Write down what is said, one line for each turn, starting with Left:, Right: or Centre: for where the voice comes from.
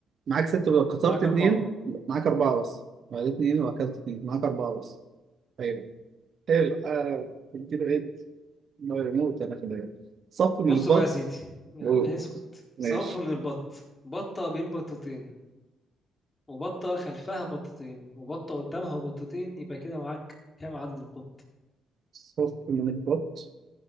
Right: معاك ست بقى كسرت
Left: معاك
Right: اتنين
Left: اربعه
Right: لا، معاك أربعة بس معاك اتنين وأكلت اتنين معاك أربعة بس أيوه إيه ال- آه، كده إيه ما يموت أنا في ده صف من
Left: بص
Right: البط
Left: بقى يا سيدي يا
Right: و-
Left: عم اسكت
Right: ماشي
Left: صف من البط بطه بين بطتين وبطه خلفها بطتين وبطه قدامها بطتين يبقى كده معاك كام عدد البط
Right: صف من البط